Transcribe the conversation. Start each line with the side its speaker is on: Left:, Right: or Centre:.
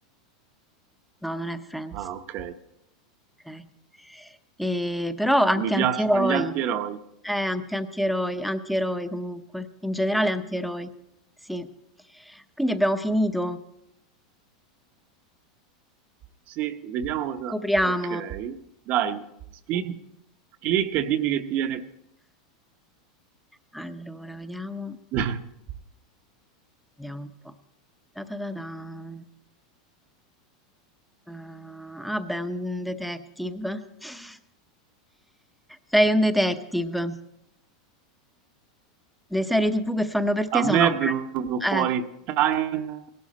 Centre: No, non è Friends.
Right: Ah, ok.
Centre: Ok. E- però anche
Right: Mi piacciono
Centre: antieroi.
Right: gli antieroi.
Centre: Eh, anche antieroi, antieroi comunque. In generale antieroi. Sì. Quindi abbiamo finito.
Right: Sì, vediamo cosa...
Centre: Copriamo.
Right: Ok, dai, spi- clicca e dimmi che ti viene...
Centre: Allora, vediamo.
Right: <laughs>
Centre: Vediamo un po'. Ta ta ta tan. Ah, ah, beh, un detective. <laughs> Sei un detective. Le serie TV che fanno per te
Right: A
Centre: sono...
Right: me è venuto
Centre: Eh,
Right: fuori Time